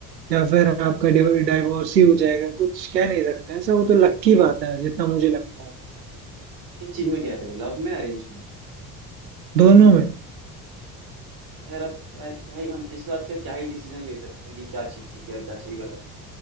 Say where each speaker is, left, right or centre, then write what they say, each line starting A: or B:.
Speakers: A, on the right; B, on the right.
A: या फिर आपका डाइवोर्स ही हो जाएगा कुछ कह नहीं सकते ऐसा वो तो लक की बात है जितना मुझे लगता है
B: किस चीज में कह रहे हो लव में अरेंज में
A: दोनों में
B: यार अब क्या क्या ही हम इस बात का क्या ही डिसीजन ले सकते हैं कि क्या चीज ठीक है और क्या चीज गलत है